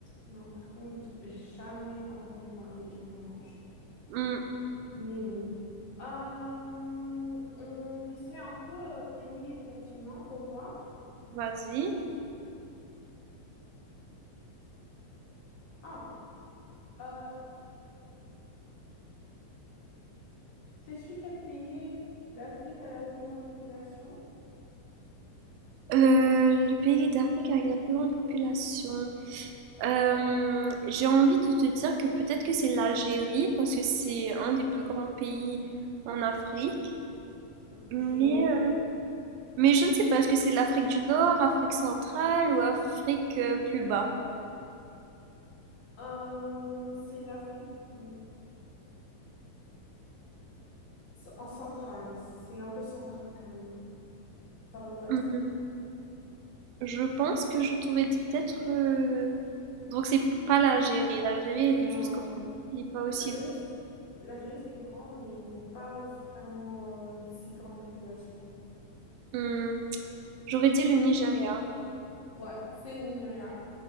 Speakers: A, on the left (about 50°); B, on the right (about 85°).
A: Non, par contre, jamais entendu parler du romanche.
B: Hmm,
A: Mais bon. Euh, on essaie un peu euh, pays et continent pour voir.
B: Vas-y.
A: Ah, euh, sais-tu quel pays d'Afrique a la plus grande population?
B: Euh, le pays d'Afrique avec la plus grande population. Euh, j'ai envie de te dire que peut-être que c'est l'Algérie parce que c'est un des plus grands pays en Afrique.
A: Ok.
B: Mais, euh, mais je ne sais pas, est-ce que c'est l'Afrique du Nord, Afrique centrale ou Afrique euh, plus bas?
A: Euh, c'est l'Afrique l- en centrale. C'est un peu central quand même, vers l'ouest.
B: Hum, Je pense que je t'aurais dit peut-être... euh, Donc c'est pas l'Algérie. L'Algérie,
A: Non.
B: elle est juste grande. Elle n'est pas aussi...
A: L'Algérie,
B: pop-
A: c- l'Algérie, c'est grand, mais ils n'ont pas vraiment euh, une si grande population.
B: Hum, J'aurais dit le Nigeria.
A: Ouais, c'est le Nigeria.